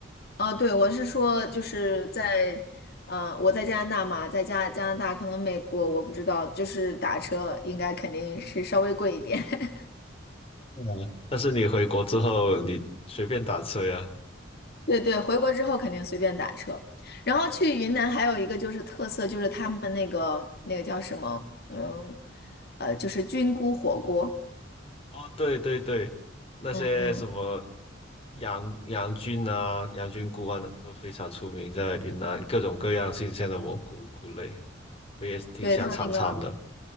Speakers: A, on the left; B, on the left.
A: 哦，对，我是说，就是在，呃，我在加拿大嘛，在加加拿大，可能美国我不知道，就是打车应该肯定是稍微贵一点。<laughs>
B: 对啊，但是你回国之后，你随便打车呀。
A: 对对，回国之后肯定随便打车。然后去云南还有一个就是特色，就是他们那个那个叫什么，嗯，呃，就是菌菇火锅。
B: 哦，对对对，那些什么
A: 嗯嗯，
B: 杨杨菌啊、羊菌菇啊，都非常出名，在云南各种各样新鲜的蘑菇菇类，我也挺想尝尝的。
A: 对，他那个。